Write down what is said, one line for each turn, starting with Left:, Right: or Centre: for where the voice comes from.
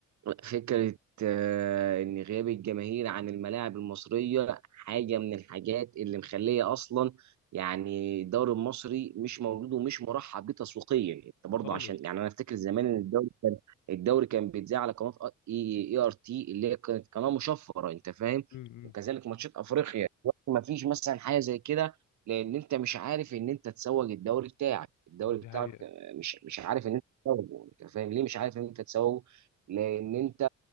Right: فكرة آه، إن غياب الجماهير عن الملاعب المصرية حاجة من الحاجات اللي مخلية أصلا يعني الدوري المصري مش موجود ومش مرحب بيه تسويقيا أنت برضه
Left: خالص
Right: عشان يعني أنا أفتكر زمان إن الدوري كان الدوري كان بيتذاع على قناة إي آر تي اللي هي كانت قناة مشفرة أنت فاهم
Left: امم
Right: وكذلك ماتشات أفريقيا دلوقتي ما فيش مثلا حاجة زي كده لأن أنت مش عارف إن أنت تسوق الدوري بتاعك الدوري
Left: دي
Right: بتاعك
Left: حقيقه
Right: آه، مش مش عارف إن أنت تسوقه أنت فاهم ليه مش عارف إن أنت تسوقه لان انت